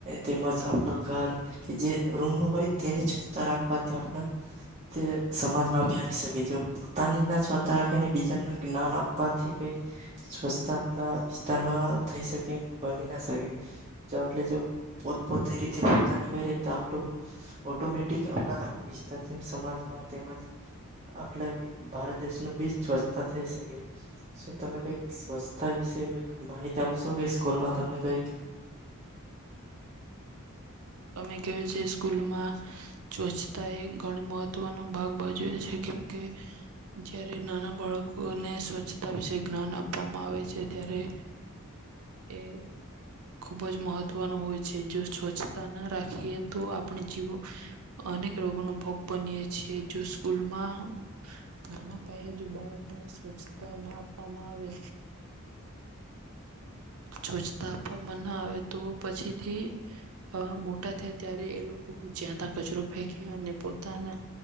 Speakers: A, on the right; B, on the right.
A: તેમજ આપણા ઘર કે જે રૂમ હોય તેને છતા રાખવાથી આપણા તે સમાજમાં બ આવી શકે જો પોતાની જ ના છતા રાખીને બીજાનું જ્ઞાન આપવાથી કઈ સ્વચ્છતા આપણા વિસ્તારમાં થઈ શકે ના આપણે જો પોતપોતે રીતે પોતાની કરીએ તો આપણું ઓટોમેટિક આપ વિસ્તાર સમાજમાં તેમજ આપ ભારત દેશનું બી સ્વચ્છતા થઈ શકે શું તમે કઈક સ્વચ્છતા વિશે માહિતી આપશો કે સ્કૂલમાં તમને કઈક
B: અમે ક છે સ્કૂલમાં સ્વચ્છતા એ ઘણી મહત્વનો ભાગ બાજવે છે કેમ કે જયારે નાના બાળકોને સ્વચ્છતા વિશે જ્ઞાન આપવામાં આવે છે ત્યારે એ ખુબ જ મહત્વનું હોય છે જો સ્વચ્છ ના રાખીએ તો આપણે જીવો અનેક રોગોનો ભોગ બનીએ છીએ જો સ્કૂલમાં નાના પાયે જો બાળકને સ્વચ્છતા ના આપવામાં આવે છવછતા આપવામાં ના આવે તો પછીથી મોટા થયા ત્યારે એ લોકો જ્યાં ત્યાં કચરો ફેંકે અને પોતાના